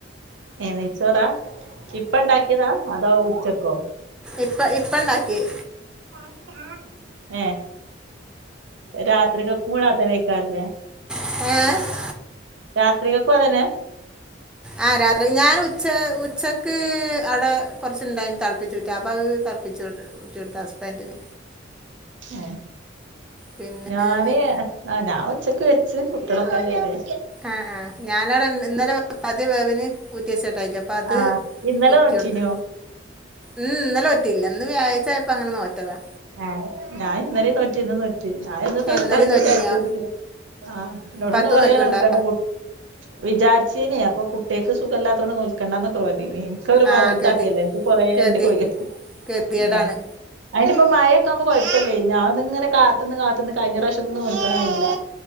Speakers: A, on the right; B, in the centre.
A: ഏഹ് നെയ്ച്ചോറാ ഇപ്പണ്ടാക്കിയതാ അതോ ഉച്ചക്കോ?
B: ഇപ്പ ഇപ്പണ്ടാക്കിയെ
A: റ്റാറ്റാ ഏഹ് രാത്രിക്കക്കൂടെ ആക്കാന് അയ്ക്കാരല്ലേ
B: ഏഹ്
A: രാത്രിക്കക്കും അതന്നെ
B: ആഹ് രാത്രില് ഞാന് ഉച്ച ഉച്ചക്ക് അവ്ടെ കൊറച്ചുണ്ടായിന് തെളപ്പിച്ചൂറ്റാൻ അപ്പം അത് തെളപ്പിച്ചൂറ്റി കൊടുത്ത് ഹസ്ബൻ്റിന്
A: ഏഹ്
B: പിന്നെ
A: ഞാന്
B: ഇ-
A: ആ ഞാൻ ഉച്ചക്ക് വെച്ച് കുട്ടികളൊക്കെ ഉള്ള അല്ലേ
B: ആഹ് ആഹ് ഞാനവിടെ ഇന്ന് ഇന്നലെ പതി വേവിന് ഊറ്റി വെച്ച്ട്ടായ്നിം അപ്പം അത്
A: ആഹ് ഇന്നലെ
B: ഊറ്റി
A: നോറ്റീനോ
B: കൊടുത്ത് ഉം ഇന്നലെ നോറ്റീല്ല ഇന്ന് വ്യാഴാഴ്ച ആയപ്പം അങ്ങനെ നോറ്റതാ
A: ഏഹ് ഞാൻ ഇന്നലെയും നോറ്റ് ഇന്നും നോറ്റ് ഞാൻ എന്നും നോൽക്കാന്നൊക്കെ
B: എന്നാലും നോറ്റിനിയോ
A: വിചാരിച്ച്ണ്ട് ആഹ് എന്നോട്
B: പത്ത്
A: ഇന്ന് കൊറേ
B: നോൽക്കുണ്ടോ
A: നോൽക്കണ്ട കുട്ട് വിചാരിച്ചീനിം അപ്പം കുട്ട്യാക്ക് സുഖം ഇല്ലാത്തോണ്ട് നോൽക്കണ്ടാന്നൊക്കെ പറഞ്ഞീനിം ഒക്കെ ഓല് വൽതാക്കിയല്ലേ
B: ആ കതി
A: എനിക്ക് കൊറേ
B: കതി
A: ഇണ്ട് കൊയ്യാൻ
B: കതിയേടാണ്
A: ആഹ് അയിന് ഇപ്പം മഴെക്കെ ആവുമ്പം കൊഴപ്പല്ലേ ഞാൻ ഇത് ഇങ്ങനെ കാത്ത്ന്ന് കാത്ത്ന്ന് കഴിഞ്ഞ പ്രാവശ്യം ഒന്നും നോൽക്കാൻ കഴിഞ്ഞില്ല